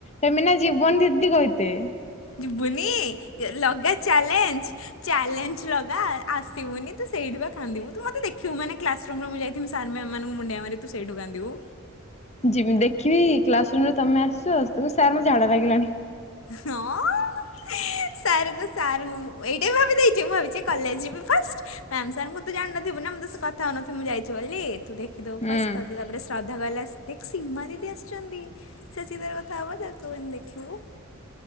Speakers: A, on the left (about 30°); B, on the left (about 75°).
A: ଫେମିନା ଜିବନି ଦିଦି କହିଥିବେ।
B: ଯିବୁନି ଲଗା ଚ୍ୟାଲେଞ୍ଜ ଚ୍ୟାଲେଞ୍ଜ ଲଗା ଆସିବୁନି ତୁ ସେଇଠି ବା କାନ୍ଦିବୁ ତୁ ମତେ ଦେଖିବୁ ମାନେ କ୍ଲାସ୍‌ ମୁଁ ଯାଇଥିବି ସାର୍ ମ୍ୟାମ୍ ମାନଙ୍କୁ ମୁଣ୍ଡଆ ମାରିବି ତୁ ସେଇଠୁ କାନ୍ଦିବୁ।
A: ଯିବି ଦେଖିବି କ୍ଲାସରୁୁମ୍ ରେ ତମେ ଆସିଚ ସେଠୁ କହିବି ସାର୍ ମୋତେ ଝାଡ଼ା ଲାଗିଲାଣି।
B: ହଁଁ। ସାର୍ ଙ୍କୁ ସାର୍ ଙ୍କୁ ମୁଁ ଏଇଟା ବି ଭାବି ଦେଇଚି ମୁଁ ଆଜି କଲେଜ ବି ଫାଷ୍ଟ। ମ୍ୟାମ ସାର୍ ଙ୍କୁ ତୁ ଜାଣିନଥିବୁ ନା ମୁଁ ତୋ ସହିତ କଥା ହଉନଥିବି ମୁଁ ଯାଇଛି ବୋଲି ତୁ ଦେଖିଦୋବୁ
A: ହୁଁ।
B: ଫାଷ୍ଟ ଗୋଟେ ଶ୍ରଦ୍ଧା <unintelligible> ସୀମା ଦିଦି ଆସିଛନ୍ତି ସେ ସିଧା କଥା ହବ ତ ତୁ ଏଇନେ ଦେଖିବୁ